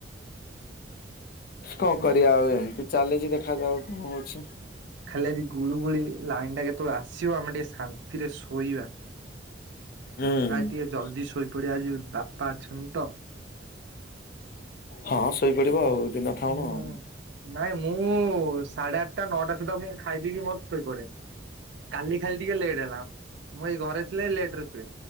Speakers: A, on the left; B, on the right.
A: କଣ
B: ହୁଁ
A: କରିବା ଆଉ ଏମିତି ଚାଲିଛି ଦେଖା ଯାଉ ଆଉ କଣ ହଉଛି।
B: ଖାଲି ଆଜି ଗୁଳୁ ଗୁଳି ଲାଇନ ଟା କେତେବେଳେ ଆସିବ ଆମେ ଟିକେ ଶାନ୍ତିରେ ଶୋଇବା।
A: ହୁଁ
B: ଆଜି ଟିକେ ଜଲଦି ଶୋଇପଡିବା ଆଜି ବାପା ଅଛନ୍ତି ତ।
A: ହଁ ଶୋଇପଡିବ ଆଉ ଦିନ ଥାଉଣୁ
B: ହୁଁ
A: ଆଉ।
B: ନାଇଁ ମୁଁ ସାଢେ ଆଠଟା ନଅଟା ସୁଦ୍ଧା ମୁଁ ଖାଇଦେଇକି ମୋର ଶୋଇପଡେ। କାଲି ଖାଲି ଟିକେ ଲେଟ୍ ହେଲା ମୁଁ ଏଇ ଘରେ ଥିଲେ ଲେଟ ରେ ଶୁଏ।